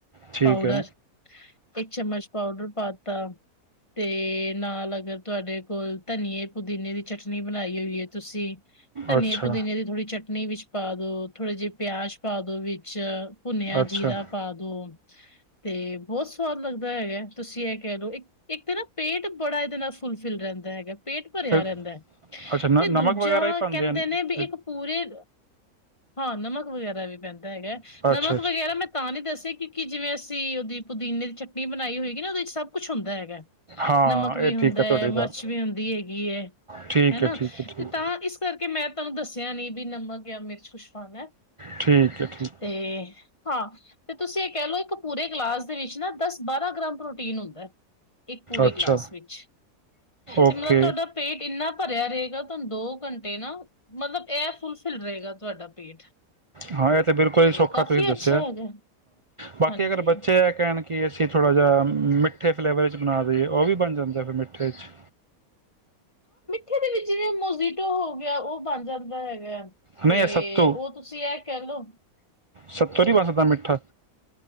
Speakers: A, on the right; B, on the left.
A: ਠੀਕ
B: ਪਾਊਡਰ,
A: ਹੈ
B: ਇੱਕ ਚਮਚ ਪਾਊਡਰ ਪਾ ਤਾਂ ਤੇ ਨਾਲ ਅਗਰ ਤੁਹਾਡੇ ਕੋਲ ਧਨੀਏ ਪੁਦੀਨੇ ਦੀ ਚਟਨੀ ਬਣਾਈ ਹੋਈ ਏ। ਤੁਸੀਂ ਧਨੀਏ
A: ਅੱਛਾ
B: ਪੁਦੀਨੇ ਦੀ ਥੋੜ੍ਹੀ ਚਟਨੀ ਵਿੱਚ ਪਾ ਦੋ, ਥੋੜੇ ਜਿਹੇ ਪਿਆਜ ਪਾ ਦੋ ਵਿੱਚ ਭੁੰਨਿਆ
A: ਅੱਛਾ
B: ਜੀਰਾ ਪਾ ਦੋ। ਤੇ ਬਹੁਤ ਸਵਾਦ ਲੱਗਦਾ ਹੈਗਾ। ਤੁਸੀਂ ਇਹ ਕਹਿ ਲਓ ਇੱਕ ਨਾ ਪੇਟ ਬੜਾ ਇਹਦੇ ਨਾਲ ਫੁਲਫਿਲ ਰਹਿੰਦਾ ਹੈਗਾ। ਪੇਟ ਭਰਿਆ
A: ਇਹ-
B: ਰਹਿੰਦਾ ਏ।
A: ਅੱਛਾ ਨ
B: ਤੇ
A: ਨਮਕ
B: ਦੂਜਾ
A: ਵਗੈਰਾ ਹੀ ਪਾਉਂਦੇ
B: ਕਹਿੰਦੇ
A: ਆ
B: ਨੇ ਵੀ
A: ਇਹ-
B: ਇੱਕ ਪੂਰੇ ਹਾਂ ਨਮਕ ਵਗੈਰਾ ਵੀ ਪੈਂਦਾ ਹੈਗਾ।
A: ਇਹ-
B: ਨਮਕ
A: ਅੱਛਾ ਅੱਛਾ
B: ਵਗੈਰਾ ਮੈਂ ਤਾਂ ਨਹੀਂ ਦੱਸਿਆ ਕਿਉਂਕਿ ਜਿਵੇਂ ਅਸ ਸੀ ਉਹਦੀ ਪੁਦੀਨੇ ਦੀ ਚਟਨੀ ਬਣਾਈ ਹੋਏਗੀ ਨਾ ਉਹਦੇ ਚ ਸਭ ਕੁਛ ਹੁੰਦਾ ਹੈਗਾ।
A: ਹਾਂ
B: ਨਮਕ ਵੀ
A: ਇਹ
B: ਹੁੰਦਾ
A: ਠੀਕ
B: ਹੈ।
A: ਤੁਹਾਡੀ
B: ਮਿਰਚ
A: ਗੱਲ
B: ਵੀ ਹੁੰਦੀ ਹੈਗੀ ਹੈ।
A: ਠੀਕ
B: ਹੈ ਨਾ
A: ਠੀਕ ਠੀਕ
B: ਤਾਂ ਇਸ ਕਰਕੇ ਕਿ ਮੈਂ ਤੁਹਾਨੂੰ ਦੱਸਿਆ ਨੀ ਵੀ ਨਮਕ ਜਾਂ ਮਿਰਚ ਕੁਛ ਪਾਣਾ।
A: ਠੀਕ ਹੈ ਠੀਕ।
B: ਤੇ ਹਾਂ ਤੇ ਤੁਸੀਂ ਇਹ ਕਹਿ ਲਓ ਇੱਕ ਪੂਰੇ ਗਲਾਸ ਦੇ ਵਿੱਚ ਨਾ ਦੱਸ-ਬਾਰਾਂ ਗ੍ਰਾਮ ਪ੍ਰੋਟੀਨ ਹੁੰਦਾ ਏ। ਇੱਕ ਪੂਰੇ
A: ਅੱਛਾ
B: ਗਲਾਸ ਵਿੱਚ
A: ਓਕੇ
B: ਤੇ ਮਤਲਬ ਤੁਹਾਡਾ ਪੇਟ ਇੰਨਾ ਭਰਿਆ ਰਹੇਗਾ। ਤੁਹਾਨੂੰ ਦੋ ਘੰਟੇ ਨਾ ਮਤਲਬ ਇਹ ਫੁਲ ਫਿਲ ਰਹੇਗਾ ਤੁਹਾਡਾ ਪੇਟ
A: ਹਾਂ ਇਹ ਤੇ ਬਿਲਕੁਲ ਹੀ ਸੌਖਾ
B: ਕਾਫ਼ੀ
A: ਤੁਸੀਂ ਦੱਸਿਆਂ,
B: ਅੱਛਾ ਹੈਗਾ
A: ਬਾਕੀ
B: ਹਾਂਜੀ
A: ਅਗਰ ਬੱਚੇ ਆ ਕਹਿਣ ਕਿ, ਅਸੀਂ ਥੋੜ੍ਹਾ ਜਿਹਾ ਮਿੱਠੇ ਫਲੇਵਰ ਚ ਬਣਾ ਦੇਈਏ, ਉਹ ਵੀ ਬਣ ਜਾਂਦਾ ਫਿਰ ਮਿੱਠੇ 'ਚ।
B: ਇਦੇ ਵਿੱਚ ਜਿਵੇਂ ਮੋਜੀਟੋ ਹੋ ਗਿਆ, ਉਹ ਬਣ ਜਾਂਦਾ ਹੈਗਾ।
A: ਨਹੀਂ
B: ਤੇ
A: ਇਹ ਸੱਤੂ
B: ਉਹ ਤੁਸੀਂ ਇਹ ਕਹਿ ਲੋ
A: ਸਾਤੋਂ ਨਹੀਂ ਬਣ ਦਾ ਮਿੱਠਾ।